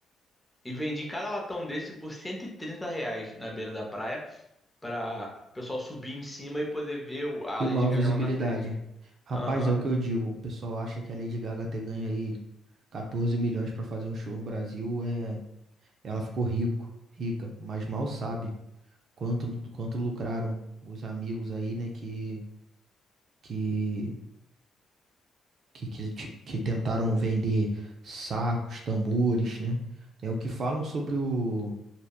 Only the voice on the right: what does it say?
E
maior
visibilidade.
Rapaz,
é o que eu digo. O pessoal acha que a Lady Gaga ter ganho aí 14 milhões para fazer um show no Brasil, é, ela ficou rico, rica, mas mal sabe quanto quanto lucraram os amigos aí, né, que que que, que, te- que tentaram vender sacos, tambores, né? É o que falam sobre o